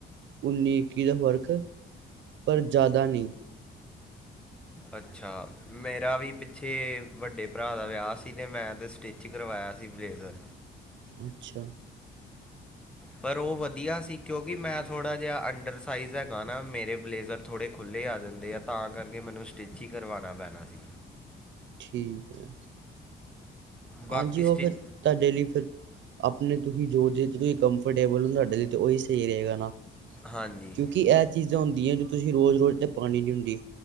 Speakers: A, on the right; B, in the centre.
A: ਉੱਨੀ, ਇੱਕੀ ਦਾ ਫਰਕ ਪਰ ਜ਼ਿਆਦਾ ਨਹੀਂ।
B: ਅੱਛਾ। ਮੇਰਾ ਵੀ ਪਿੱਛੇ ਵੱਡੇ ਭਰਾ ਦਾ ਵਿਆਹ ਸੀ ਤੇ ਮੈਂ ਤੇ ਸਟਿਚ ਕ ਕਰਵਾਇਆ ਸੀ ਬਲੇਜ਼ਰ।
A: ਅੱਛਾ।
B: ਪਰ ਉਹ ਵਧੀਆ ਸੀ ਕਿਉਂਕਿ ਮੈਂ ਥੋੜ੍ਹਾ ਜਿਹਾ ਅੰਡਰ ਸਾਈਜ਼ ਹੈਗਾ ਨਾ ਮੇਰੇ ਬਲੇਜ਼ਰ ਥੋੜ੍ਹੇ ਖੁੱਲ੍ਹੇ ਆ ਜਾਂਦੇ ਆ ਤਾਂ ਕਰਕੇ ਮੈਨੂੰ ਸਟਿਚ ਹੀ ਕਰਵਾਨਾ ਪੈਣਾ ਸੀ।
A: ਠੀਕ ਹੈ।
B: ਬਾਕੀ
A: ਹਾਂਜੀ। ਉਹ
B: ਸਟਿਚ
A: ਫਿਰ ਤੁਹਾਡੇ ਲਈ ਫਿਰ ਆਪਣੇ ਤੁਸੀਂ ਜੋ ਜਿਚ ਤੁਸੀਂ ਕੰਫਰਟੇਬਲ ਤੁਹਾਡੇ ਲਈ ਉਹੀ ਸਹੀ ਰਹੇਗਾ ਨਾ।
B: ਹਾਂਜੀ
A: ਕਿਉਂਕਿ ਇਹ ਚੀਜ਼ਾਂ ਹੁੰਦੀਆਂ ਤੁਸੀਂ ਰੋਜ਼- ਰੋਜ਼ ਤੇ ਪਾਣੀ ਨਹੀਂ ਹੁੰਦੀ